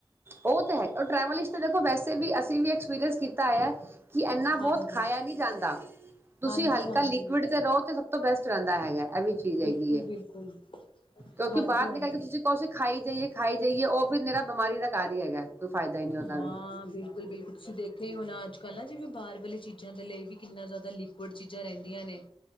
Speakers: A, on the right (about 25°); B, on the left (about 60°).
A: ਉਹ ਤਾਂ ਹੈ ਉਹ ਟਰੈਵਲ ਵਿੱਚ ਤਾਂ ਦੇਖੋ ਵੈਸੇ ਵੀ ਅਸੀਂ ਵੀ ਐਕਸਪੀਰੀਅੰਸ ਕੀ <unintelligible> ਕਿ ਇੰਨਾ ਬਹੁਤ
B: ਹਾਂਜੀ
A: ਖਾਇਆ ਨੀ ਜਾਂਦਾ। ਤੁਸੀਂ
B: ਹਾਂਜੀ
A: ਹਲਕਾ
B: ਹਾਂਜੀ
A: ਲਿਕੁਡ ਤੇ ਰਹੋ ਤੇ ਸਭ ਤੋਂ ਬੈਸਟ ਰਹਿੰਦਾ ਹੈਗਾ ਇਹ ਵਿੱਚ <unintelligible>
B: ਬਿਲਕੁਲ-ਬਿਲਕੁਲ,
A: ਹੈ ਕਿਉਂਕਿ
B: ਹਾਂਜੀ-ਹਾਂਜੀ।
A: ਬਾਹਰ ਨਿਕਲ ਕੇ ਤੁਸੀਂ ਕਹੋ ਕਿ ਅਸੀ ਖਾਈ ਜਾਈਏ ਖਾਈ ਜਾਈਏ ਉਹ ਫਿਰ ਨਿਰਾ ਬਿਮਾਰੀ ਦਾ ਘਰ ਹੀ ਹੈਗਾ ਕੋਈ ਫਾਇਦਾ ਹੀ ਨਹੀਂ ਉਹਦਾ
B: ਹਾਂ
A: ਵੀ
B: ਬਿਲਕੁੱਲ- ਬਿਲਕੁੱਲ ਤੁਸੀਂ ਦੇਖੇ ਹੀ ਹੋਣਾ ਅੱਜ ਪਹਿਲਾ ਜਿਵੇਂ ਬਾਹਰ ਵਾਲੀ ਚੀ ਚੀਾਂ ਦੇ ਲਈ ਵੀ ਕਿੰਨਾ ਜ਼ਿਆਦਾ ਲੀਕ ਕੁੜ ਚੀਜ਼ਾਂ ਰਹਿੰਦੀਆਂ ਨੇ